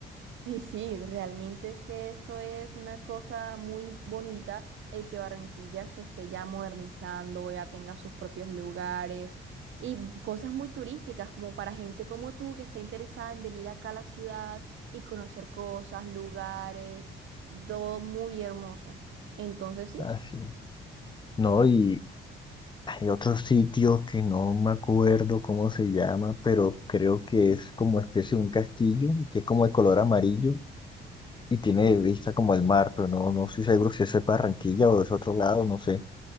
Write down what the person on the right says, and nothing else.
Sí, sí, realmente es que esto es una cosa muy bonita, el que Barranquilla se esté ya modernizando, ya tenga sus propios lugares y cosas muy turísticas como para gente como tú que está interesada en venir acá a la ciudad y conocer cosas, lugares, todo muy hermoso. Entonces sí,